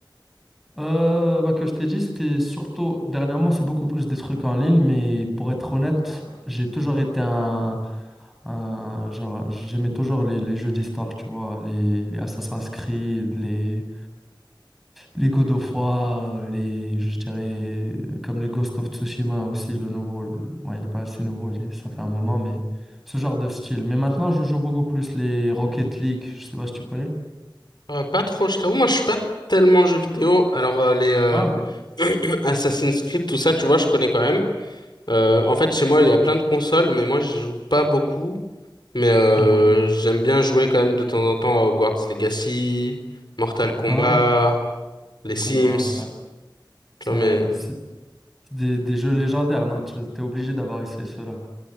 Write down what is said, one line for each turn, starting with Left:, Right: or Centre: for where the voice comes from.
Centre: Euh, bah, que je t'ai dit, c'était surtout, dernièrement, c'est beaucoup plus des trucs en ligne, mais pour être honnête, j'ai toujours été un, un- genre, j'aimais toujours les, les jeux d'histoire, tu vois, les, les Assassin's Creed, les, les God of War, les, je dirais, comme les Ghost of Tsushima aussi, le nouveau, le- bon, il est pas assez nouveau, il est- ça fait un moment, mais ce genre de style. Mais maintenant, je joue beaucoup plus les Rocket League, je sais pas si tu connais.
Left: Euh, pas trop, je t'avoue, moi je suis pas tellement jeu vidéo. Alors euh, les euh,
Centre: Ah, ok.
Left: <clears throat> Assassin's Creed, tout ça, tu vois, je connais quand même. Euh, en fait, chez moi, il y a plein de consoles, mais moi je joue pas beaucoup. Mais euh,
Centre: Ouais.
Left: j'aime bien jouer quand même de temps en temps à Hogwarts Legacy, Mortal Kombat,
Centre: Ah, ok. Mortal
Left: les Sims.
Centre: Kombat, ouais, Ça,
Left: Tu vois, mais
Centre: c'est des, des jeux légendaires, non? Tu es obligé d'avoir essayé ceux-là.